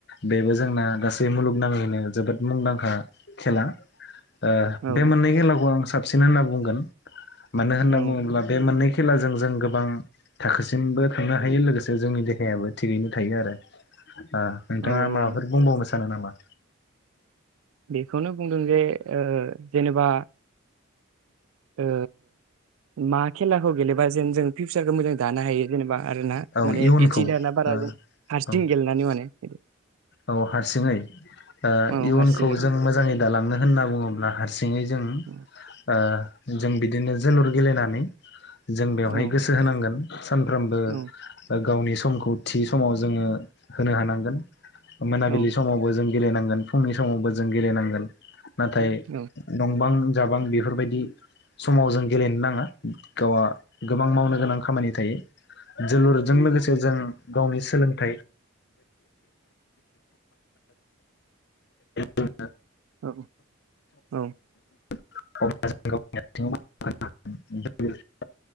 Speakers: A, on the left; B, on the right.
A: बेबो जोंना गासै मुलुगनाङैनो जोबोद मुंदांखा खेला। ओ
B: औ
A: बे मोननै खेलाखौ आं साबसिन होनना बुं बुंगोन मानो होननानै
B: औ
A: बुङोब्ला बे मोननै खेलाजों जों गोबां थाखोसिमबो थांनो हायो लोगोसे जोंनि देहायाबो थिगैनो थायो आरो। आ नोंथाङा
B: औ औ
A: माबाफोर बुंबावनो सान सानो नामा?
B: बेखौनो बुंदों जे ओ जेनेबा ओ मा खेलाखौ गेलेबा जेन जों फिउसारखौ मोजां दानो हायो जेनेबा आरोना
A: औ
B: माने
A: इयुनखौ
B: इदि दाना बारा
A: ओ
B: जों हारसिं
A: औ
B: गेलेनानै माने बिदि
A: औ हारसिङै ओ
B: औ
A: इयुनखौ
B: हारसिङै
A: खौ जों मोजाङै दालांनो होनना बुङोब्ला हारसिङै जों
B: <inaudible>
A: ओ जों बिदिनो जोलुर गेलेनानै जों बेवहाय
B: औ
A: गोसो होनांगोन सानफ्रोमबो।
B: औ
A: गावनि समखौ थि समाव जोङो होनो हानांगोन मोनाबिलि
B: औ
A: समावबो जों गेलेनांगोन फुंनि समावबो जों गेलेनांगोन। नाथाय
B: औ
A: नंबां जाबां बेफोरबायदि समाव जों गेलेनो नाङा गावआ गोबां मावनो गोनां खामानि थायो। जोलुरजों लोगोसे जों गावनि सोलोंथाइ <unintelligible> <unintelligible>
B: औ औ
A: <unintelligible>